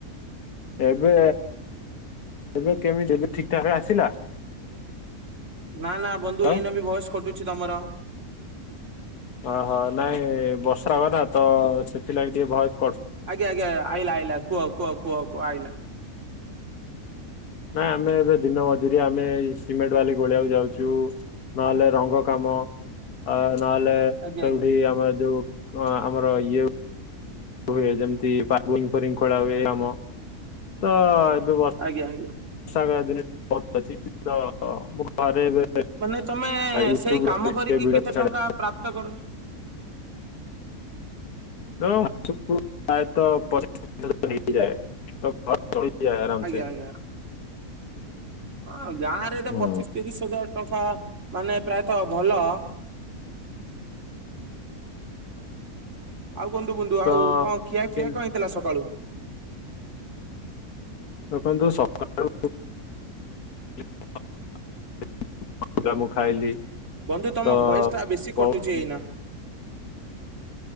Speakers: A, on the left (about 85°); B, on the right (about 50°).
A: ଏବେ ଏବେ କେମିତି ଏ ଠିକଠାକ ରେ ଆସିଲା?
B: ନା ନା ବନ୍ଧୁ
A: ତ?
B: ଏଇନେ ବି ଭଏସ ଖଟୁଛି ତମର।
A: ଓହୋ ନାଇଁ ବର୍ଷା କ ନା ତ ସେଥିଲାଗି ଟିକେ ଭୟ
B: ଆଜ୍ଞା ଆଜ୍ଞା ଆଇଲା ଆଇଲା କୁହ କୁହ କୁହ କୁହ ଆଇଲା।
A: ନାଇଁ ଆମେ ଏବେ ଦିନ ମଜୁରିଆ ଆମେ ସିମେଣ୍ଟ ବାଲି ଗୋଳେଇବାକୁ ଯାଉଛୁ ନହେଲେ ରଙ୍ଗ କାମ ମ ଆ ନହେଲେ
B: ଆଜ୍ଞା
A: ସେଉଠି
B: ଆଜ୍ଞା
A: ଆମର ଯୋଉ ଆମର ଇଏ ହୁଏ ଯେମତି ପା ବୋରିଂ ଫରିଂ ଖୋଳା ହୁଏ କାମ ତ ଏବେ
B: ଆଜ୍ଞା ଆଜ୍ଞା।
A: <unintelligible>
B: ମାନେ ତମେ
A: ୟୁଟ୍ୟୁବରେ
B: ସେଇ କାମ
A: ଟିକେ
B: କରିକି
A: ଭିଡିଓ
B: କେତେ
A: ଛାଡେ
B: ଟଙ୍କା ପ୍ରାପ୍ତ କର?
A: ତ ମାସକୁ ପ୍ରାୟତଃ ପଚିଶ ହଜାର ହେଇଯାଏ ତ ଘରେ ଚ ଯାଆ ଆରାମ
B: ଆଜ୍ଞା
A: ସେ
B: ଆଜ୍ଞା। ହଁ ଗାଁ ରେ ତ
A: ହୁଁ,
B: ପଚିଶ ତିରିଶ ହଜାର ଟଙ୍କା ମାନେ ପ୍ରାୟତଃ ଭଲ। ଆଉ କୁହନ୍ତୁ ବନ୍ଧୁ
A: ତ
B: ଆଉ କଣ ଖିଆ
A: କିନ୍ତୁ
B: ପିଆ କଣ ହେଇଥିଲା ସକାଳୁ
A: ଦେଖନ୍ତୁ ସକାଳୁ <unintelligible> <unintelligible> ମୁଁ ଖାଇଲି
B: ବନ୍ଧୁ ତମ
A: ତ
B: ଭଏସ ଟା ବେଶୀ କଟୁଛି
A: ବହୁତ
B: ଏଇନା